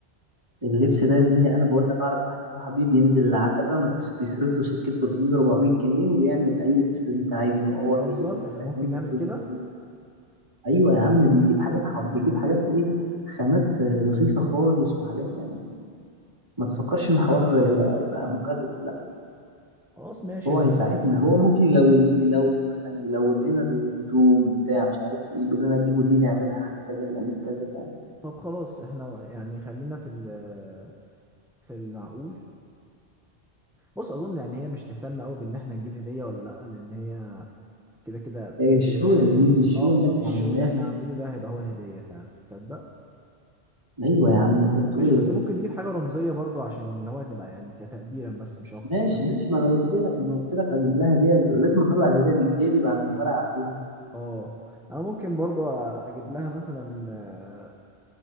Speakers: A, on the right (about 25°); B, in the centre.
A: اللبس ده يا زميلي انا بقول لك اعرف واحد صاحبي بينزل العتبه ما بيس- بيصرف له سكه 300 400 جنيه ويعمل اي لبس انت عايزه هو
B: بتهزر
A: هي- هيفهم
B: احنا ممكن نعمل
A: لك القصه
B: كده
A: دي ايوه يا عم بيجيب حاجات حر... بيجيب حاجات ايه خامات آه، رخيصه خالص وحاجات يعني ما تفكرش ان الحوار آه، هيبقى مكلف لا
B: خلاص ماشي
A: هو
B: احنا
A: هيساعدنا هو ممكن يلون يلون مثلا يلون لنا الهدوم بتاع مش عارف ايه يقول لنا جيبوا دي نعملها احنا كذا نعمل كذا فاهم
B: طب خلاص احنا يعني خلينا في ال- في المعقول بص اظن يعني هي مش تهتم قوي بان احنا نجيب هدية ولا لا لان هي كده كده بيجي
A: آه، الشو
B: لها
A: يا زميلي الشو
B: اه
A: اللي احنا
B: الشو
A: عملناه
B: اللي احنا عاملينه ده هيبقى هو الهدية فعلا تصدق
A: ايوه يا عم انت بتقول
B: ماشي
A: إيه؟
B: بس ممكن نجيب حاجة رمزية برضو عشان اللي هو نبقى يعني كتقديرا بس مش أكتر
A: ماشي
B: فاهم
A: ماشي ما انا قلت لك ما انا قلت لك هجيب لها هديه لازم اطلع الهديه من جيبي بعد ما فرقع فيها
B: اه أنا ممكن برضو أجيب لها مثلا آه،